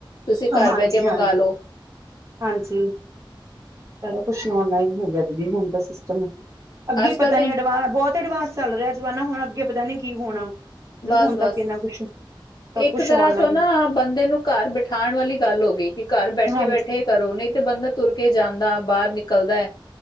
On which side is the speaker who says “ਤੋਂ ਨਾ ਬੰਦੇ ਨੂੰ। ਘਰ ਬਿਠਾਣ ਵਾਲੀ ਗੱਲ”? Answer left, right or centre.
Left